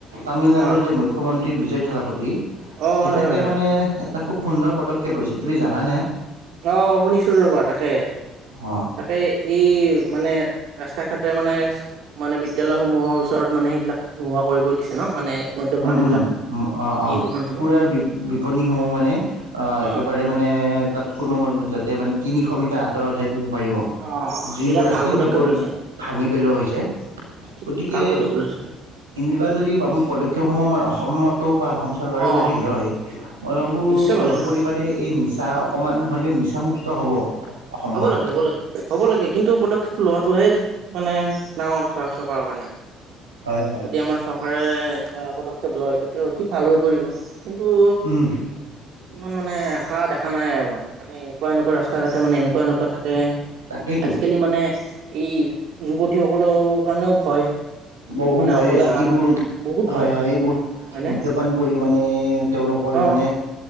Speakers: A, on the right; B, on the right.
A: তামিলনাডুৰ
B: অ',
A: যে মুখ্যমন্ত্ৰী বিজয় থালাপতি
B: অ',
A: তেখেত,
B: হয় হয়
A: তেওঁ
B: হয়
A: মানে এটা খুব সুন্দৰ পদক্ষেপ লৈছে তুমি জানানে?
B: অ' শুনিছোঁ ৰ'বা তাকে।
A: অ'।
B: তাকে এই মানে ৰাস্তা ঘাটে মানে মানে বিদ্যালয় সমূহৰ ওচৰত মানে, সেইবিলাক নোহোৱা কৰিব দিছে ন' মানে মদ্যপান
A: উম
B: এইবিলাক
A: উম, অ' অ'
B: এই দোকানসমূহ।
A: খুৰাৰ বি- বিপনীসমূহ মানে আহ
B: অ
A: একেবাৰে, মানে তাত কোনো যাতে মানে তিনিশ মিটাৰ আঁতৰতহে দিব পাৰিব,
B: অ',
A: যিবোৰ
B: বিৰাট
A: আছিল
B: ভাল পদক্ষেপ
A: সেইবোৰ
B: লৈছে
A: ভাঙি পেলোৱা হৈছে।
B: ঠিক
A: গতিকে,
B: ভাল পদক্ষেপ লৈছে
A: এনেকুৱা যদি আমি পদক্ষেপসমূহ আমাৰ অসম, -সমতো বা অসম চৰকাৰেও
B: অ
A: যদি লয়, মই ভাবোঁ
B: নিশ্চয়
A: কিছু
B: ভাল কথা
A: পৰিমাণে
B: হ'ব
A: এই নিচা অকমান হলেও নিচামুক্ত হ'ব। অসমখন।
B: হ'ব লাগে হ'ব লাগে। হ'ব লাগে কিন্তু পদক্ষেপ লোৱাটোহে মানে ডাঙৰ কথা চৰকাৰৰ কাৰণে।
A: হয়। হয়।
B: যদি আমাৰ চৰকাৰে, এনেকুৱা পদক্ষেপ লয়। তেতিয়া অতি ভাল হৈ পৰিব, কিন্তু
A: উম,
B: ইমান মানে আশা দেখা নাই আৰু মই মানে, এনেকুৱা এনেকুৱা ৰাস্তা ঘাটে মানে এনেকুৱা এনেকুৱা থাকে।
A: তাকেইতো
B: আজিকালি মানে, এই যুৱতী সকলৰ কাৰণেও ভয়।
A: বহু
B: মানে
A: ভয়
B: অকলে
A: হৈছে,
B: হাত
A: এইবোৰ
B: বহুত
A: হয়
B: ভয়
A: হয় এইবোৰ
B: হয়নে
A: মদ্যপান কৰি মানে তেওঁলোকৰ
B: অ
A: মানে,